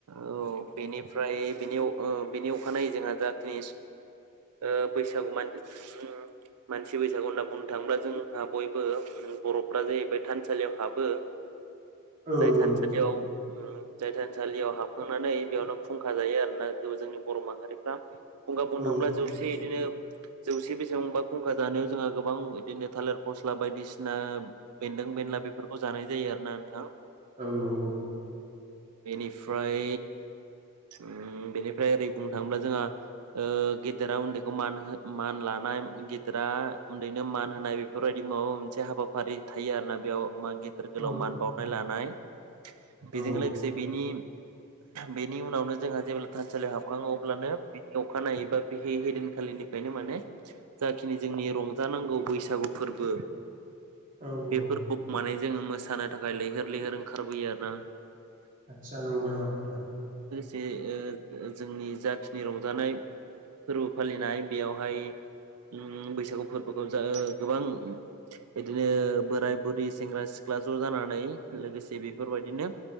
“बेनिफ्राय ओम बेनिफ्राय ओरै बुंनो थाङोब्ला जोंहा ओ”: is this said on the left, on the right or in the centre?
Right